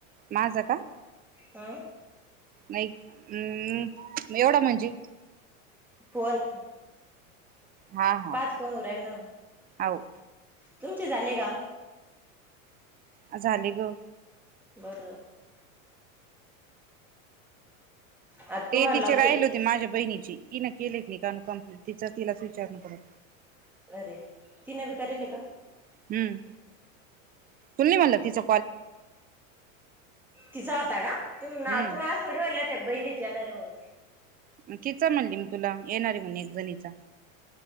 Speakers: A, on the right (about 20°); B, in the centre.
A: माझं का?
B: हा?
A: नाही हम्म म एवढं म्हणजे
B: फोन
A: हा हा.
B: पाच फोन उरायल ना
A: आव
B: तुमचे झाले का?
A: आ झाले ग.
B: बरं. आता तुम्हाला
A: ते तिचे
B: लावते
A: राहिले होते माझ्या बहिणीची, तिनं केले की ना कानू कंप्लीट तिचं तिलाच विचारून करत
B: अरे, तिनं बी कराले का?
A: हम्म, तू नाही म्हणला तिचं
B: तिचा होता का? तु ना
A: हम्म
B: तुम्ही अस थोड्या म्हणल्या त्या बहिणीच येणार हाय म्हणून.
A: म तिच म्हणली मी तुला, येणारे म्हणून एक भणीचा.